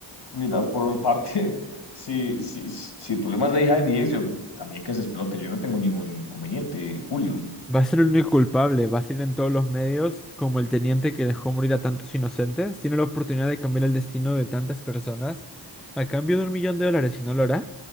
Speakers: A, on the left; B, in the centre.
A: mira, por mi parte, <laughs> si, si, si el problema es la hija de mi ex, yo También que se explote, yo no tengo ningún conveniente, Julio.
B: Va a ser el único culpable, va a ser en todos los medios como el teniente que dejó morir a tantos inocentes. Tiene la oportunidad de cambiar el destino de tantas personas a cambio de un millón de dólares, ¿y no lo hará?